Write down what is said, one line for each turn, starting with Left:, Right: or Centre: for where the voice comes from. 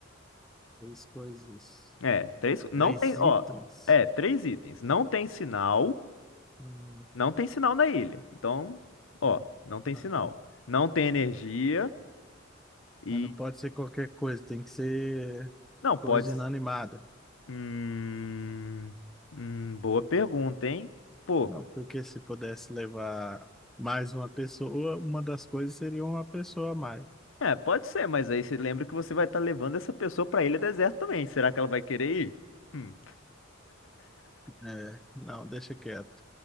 Centre: três coisas.
Left: É, três. Não
Centre: Três
Left: tem,
Centre: itens.
Left: ó. É, três itens. Não tem sinal.
Centre: Hum,
Left: Não tem sinal na ilha. Então, ó, não tem
Centre: não,
Left: sinal.
Centre: tá.
Left: Não tem energia e.
Centre: Mas não pode ser qualquer coisa, tem que ser
Left: Não, pode.
Centre: coisa inanimada.
Left: Hum, hum, boa pergunta, hein? Pô,
Centre: Não, porque se pudesse levar mais uma pessoa, uma das coisas seria uma pessoa a mais.
Left: é, pode ser, mas aí você lembra que você vai estar levando essa pessoa pra ilha deserta também. Será que ela vai querer ir? Hum,
Centre: É, não, deixa quieto.